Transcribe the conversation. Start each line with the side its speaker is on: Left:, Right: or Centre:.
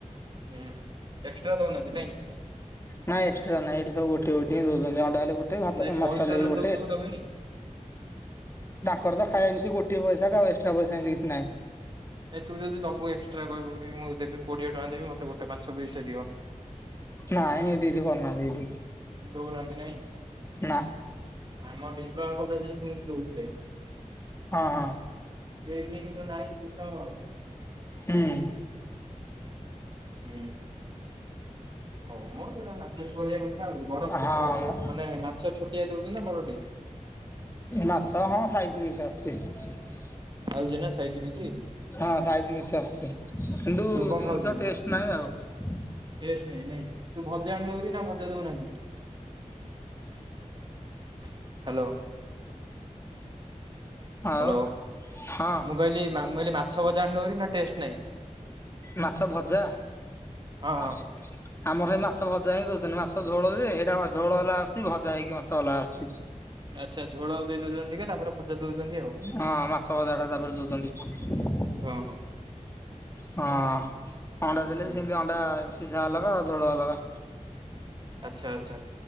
Right: ହୁଁ ଏକ୍ସଟ୍ରା ଦଉନାହାନ୍ତି ନାଇଁ?
Left: ନାଇଁ ଏକ୍ସଟା ନାଇଁ ଏଠି ସବୁ ଗୋଟିଏ ଗୋଟିଏ ହିଁ ଦଉଛନ୍ତି ଅଣ୍ଡା ହେଲେ ଗୋଟେ ଭାତ
Right: ନାଇଁ
Left: ମାଛ
Right: ପଇସା
Left: ହେଲେ
Right: ଯଦି
Left: ବି ଗୋଟେ
Right: ଦବୁ ଦେବେନି
Left: ଖର ବା ଖାଇବା ମିଶି ଗୋଟିଏ ପଇସା ଆଉ ଏକ୍ସଟ୍ରା ପଇସା ଏମତି କିଛି ନାହିଁ।
Right: ଏ ତୁ ଯଦି ଦବୁ ଏକ୍ସଟ୍ରା କହିବୁ ମୁଁ ଦେବି କୋଡିଏ ଟଙ୍କା ଦେବି ମତେ ଗୋଟେ ମାଛ ପିସ ଟେ ଦିଅ।
Left: ନାଁଇ ହେନ୍ତି କିଛି କରିନାହାନ୍ତିି ଏଠି
Right: ଦଉନାହାନ୍ତି ନାଇଁ
Left: ନା
Right: ଆମ ଡିିପ୍ଲୋମା କଲେଜରେ ସେମିତି ଦଉଥିଲେ
Left: ହଁ ହଁ।
Right: ଏଇଠି କିନ୍ତୁ ନାଇଁ ସିଷ୍ଟମ ଆଉ
Left: ହୁଁ
Right: ହୁଁ। ହଉ ମୋର ଆଡଜଷ୍ଟ କରିବା କଥା ଆଉ ବଡ
Left: ହଁ ମ
Right: ମାନେ ମାଛ ଛୋଟିଆ ଦଉ ସୁନ୍ତି ନା ବଡଟେ?
Left: ମାଛ ହଁ ସାଇଜ ବେଶି ଆସିଛି।
Right: ଆଉ ଚି ନା ସାଇଯି ପିସ୍
Left: ହଁ ସାଇଜ ବେଶି ଆସିଛି କିନ୍ତୁ
Right: ତୁ କଣ
Left: ଜିନିଷ
Right: ଖାଉଛୁ?
Left: ଟେଷ୍ଟ ନାହିଁ ଆଉ।
Right: ଟେଷ୍ଟ ନାହିଁ ନାଇଁ ତୁ ଭଜା ଆଣିଦଉ ନାଁ ଭଜା ଦଉନାହାନ୍ତି। ହ୍ୟାଲୋ।
Left: ଆଉ
Right: ହ୍ୟାଲୋ
Left: ହଁ
Right: ମୁଁ କହିଲି କହିଲି ମାଛ ଭଜା ଆଣୁନୁଭାରି ନାଁ ଟେଷ୍ଟ ନାହିଁ।
Left: ମାଛ ଭଜା?
Right: ହଁ ହଁ
Left: ଆମର ସେଇ ମାଛ ଭଜା ହିଁ ଦଉଛନ୍ତି ମାଛ ଝୋଳ ଯେ ହେଇଟା ଝୋଳ ଅଲଗା ଆସଛି ଭଜା ହେଇକି ମାଛ ଅଲଗା ଆସୁଛି।
Right: ଆଚ୍ଛା ଝୋଳ ଦେଇ ଦଉଛନ୍ତି ଟିକେ ତାପରେ ଭଜା ଦଉଛନ୍ତି। ଆଉ।
Left: ହଁ ମାଛ ଭଜା ଟା ତାପରେ ଦଉଛନ୍ତି।
Right: ହଁ
Left: ହଁ ଅଣ୍ଡା ଦେଲେ
Right: ହଁ
Left: ବି ସେମିତି ଅଣ୍ଡା ସିଝା ଅଲଗା ଝୋଳ ଅଲଗା।
Right: ଆଚ୍ଛା ଆଚ୍ଛା।